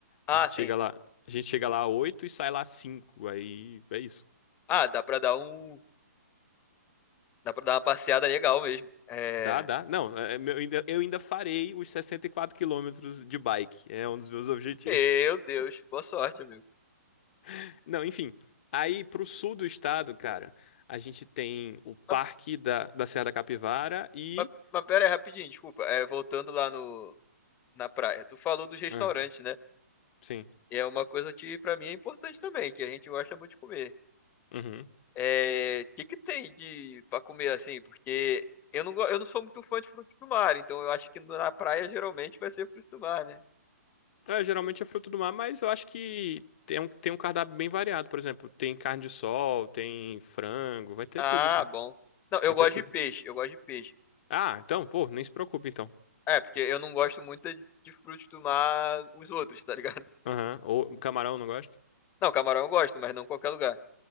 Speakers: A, on the left (about 20°); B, on the left (about 45°).
A: Ah,
B: A gente chega
A: sim.
B: lá, a gente chega lá às 8 e sai lá às 5, aí é isso.
A: Ah, dá pra dar um. Dá pra dar uma passeada legal mesmo. É.
B: Dá, dá. Não, é, é meu- eu ainda, eu ainda farei os 64 quilômetros de bike, é um dos meus objetivos.
A: Meu Deus, boa sorte, amigo.
B: <laughs> Não, enfim, aí pro sul do estado, cara, a gente tem o Parque
A: Mas,
B: da, da Serra da Capivara e...
A: mas, mas pera aí, rapidinho, desculpa. É, voltando lá no, na praia. Tu falou dos restaurantes,
B: Ah,
A: né?
B: sim.
A: E é uma coisa que pra mim é importante também, que a gente gosta muito de comer.
B: Uhum,
A: É, o que que tem de para comer assim? Porque eu não, go- eu não sou muito fã de frutos do mar, então eu acho que na praia geralmente vai ser frutos do mar, né?
B: É, geralmente é fruto do mar, mas eu acho que tem um, tem um cardápio bem variado, por exemplo. Tem carne de sol, tem frango, vai ter
A: Ah,
B: tudo, sim.
A: bom. Não, eu
B: Vai
A: gosto
B: ter tudo.
A: de peixe, eu gosto de peixe.
B: Ah, então, pô, nem se preocupe, então.
A: É, porque eu não gosto muito de de frutos do mar os outros, tá ligado?
B: Aham. Ou camarão, não gosta?
A: <laughs> Não, camarão eu gosto, mas não em qualquer lugar.